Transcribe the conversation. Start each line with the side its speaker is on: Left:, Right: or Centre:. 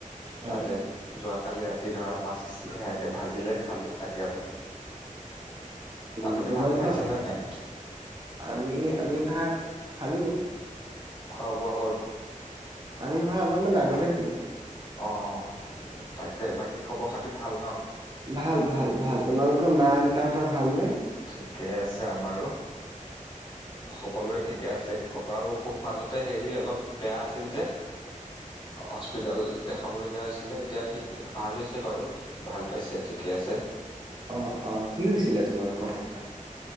Right: হয়
Left: তাতে যোৱাকালি ৰাতি ধৰা মাছ। সেয়াকে ভাজিলে খালোঁ, তাকে অলপ আ
Right: উম
Left: আপুনি
Right: তোমালোকৰ
Left: ভাত খাইছেনে নাই?
Right: আমি আমি ভাত খালোঁ।
Left: খোৱা বোৱা হ'ল?
Right: আমি ভাত অলপমান আগতে খালোঁ।
Left: অঁ তাকে বাকী খবৰ খাতি ভাল ন?
Right: ভাল ভাল ভাল তোমালোকৰ মা দেউতাহঁতৰ ভালনে?
Left: ঠিকে আছে আমাৰো। সকলোৰে ঠিকে আছে ককাৰো অসুখ মাজতে হেৰী অলপ বেয়া আছিল যে। হস্পিটেল দেখাব লগীয়া হৈছিলে। এতিয়া ঠিক ক'লা, ভাল হৈছে বাৰু ভাল পাইছে ঠিকে আছে।
Right: অঁ অঁ কি হৈছিলে তোমালোকৰ ককাৰ?